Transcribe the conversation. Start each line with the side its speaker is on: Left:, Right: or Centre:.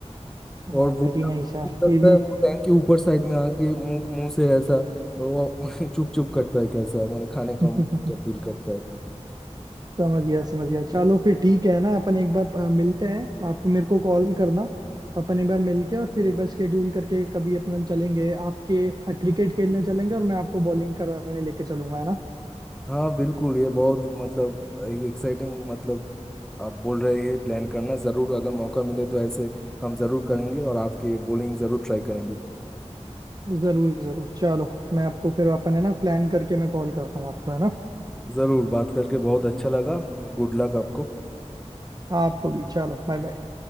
Right: या
Centre: और वो
Right: वेरी
Centre: जब
Right: नाइस यार
Centre: भूख लगता
Right: ये भी
Centre: है वो टैंक के ऊपर साइड में आके मुंह मुंह से ऐसा वो <laughs> चुप चुप करता है कैसा माने खाने
Right: <laughs>
Centre: का जब दिल करता है
Right: समझ गया समझ गया चलो फिर ठीक है ना अपन एक बार अ, मिलते हैं आप मेरे को कॉल करना अपन एक बार मिलके और फिर एक बार स्केड्यूल करके कभी अपन चलेंगे आपके क्रिकेट खेलने चलेंगे और मैं आपको बॉलिंग कराने लेके चलूंगा है ना
Centre: हाँ बिल्कुल ये बहुत मतलब एक्साइटिंग मतलब आप बोल रहे हैं प्लान करना ज़रूर अगर मौका मिले तो ऐसे हम ज़रूर करेंगे और आपके बॉलिंग ज़रूर ट्राई करेंगे
Right: जरूर जरूर चलो मैं आपको फिर अपन है ना प्लान करके मैं कॉल करता हूँ आपको है ना
Centre: ज़रूर बात करके बहुत अच्छा लगा गुड लक आपको
Right: आपको भी चलो बाय बाय